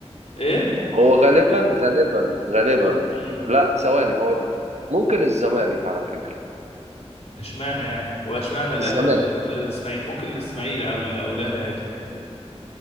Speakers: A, on the left (about 70°); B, on the right (about 85°).
A: ايه
B: هو غالبا غالبا غالبا
A: لا امم
B: لا ثواني هقول لك. ممكن الزمالك على فكره
A: اشمعنى يعني هو اشمعنى الاهلي
B: الزمالك
A: ولا ولا الاسماعيلي ممكن الاسماعيلي او ال- او الاهلي عادي